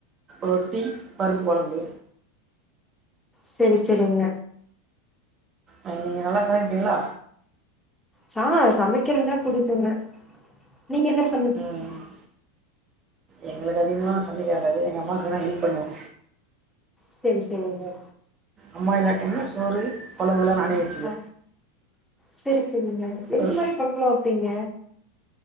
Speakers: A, on the right; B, in the centre.
A: ரொட்டி பருப்பு கொழம்பு
B: செரி செரிங்க
A: ஆ நீங்க நல்லா சமைப்பீங்ளா
B: சா சமைக்கிறதுனாப் புடிக்குங்க நீங்க என்னச்
A: ம் எங்குளுக்கு அதிகமா சமைக்க வராது எங்க அம்மாவுக்கு வேணா ஹெல்ப் பண்ணுவே
B: செரி செரிங்க
A: அம்மா இல்லாடிம்ல சோறு கொழம்புலா நானே வெப்
B: ஆ செரி செரிங்க எந்த
A: ஒரு
B: மாரிக் கொழம்புலா வெப்பீங்க